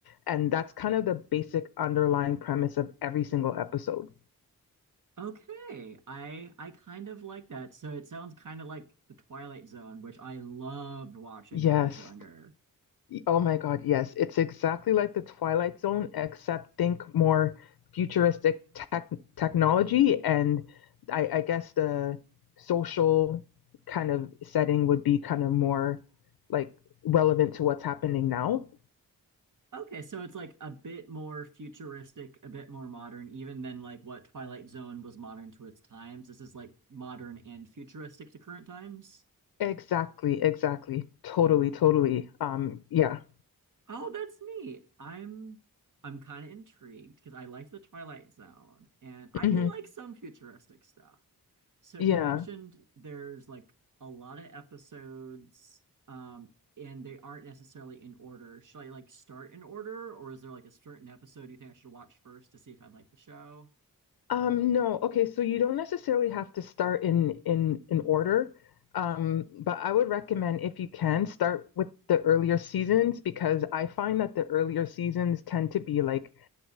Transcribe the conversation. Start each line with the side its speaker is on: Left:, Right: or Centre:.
Left: and that's kind of the basic underlying premise of every single episode
Right: Okay. I I kind of like that. So it sounds kind of like The Twilight Zone, which I loved watching
Left: yes
Right: when I was younger.
Left: Oh my God, yes. It's exactly like the Twilight Zone, except think more futuristic tech technology. And I, I guess the social kind of setting would be kind of more like relevant to what's happening now.
Right: Okay, so it's like a bit more futuristic, a bit more modern, even than like what Twilight Zone was modern to its times. This is like modern and futuristic to current times.
Left: Exactly, exactly. Totally, totally. Um, yeah.
Right: Oh, that's neat. I'm I'm kind of intrigued because I liked the Twilight Zone and I
Left: hmm
Right: do like some futuristic stuff. So
Left: Yeah.
Right: you mentioned there's like a lot of episodes um and they aren't necessarily in order. Should I like start in order or is there like a certain episode you think I should watch first to see if I like the show?
Left: Um, no, okay, so you don't necessarily have to start in in in order. Um, but I would recommend if you can start with the earlier seasons because I find that the earlier seasons tend to be like